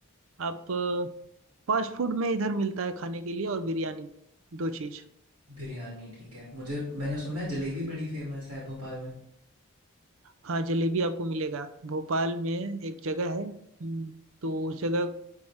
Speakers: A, on the right (about 65°); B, on the right (about 80°).
A: आप फास्ट फूड में इधर मिलता है खाने के लिए और बिरयानी दो चीज
B: बिरयानी ठीक है मुझे मैंने सुना है जलेबी बड़ी फेमस है भोपाल में
A: हाँ जलेबी आपको मिलेगा भोपाल में एक जगह है हम्म, तो उस जगह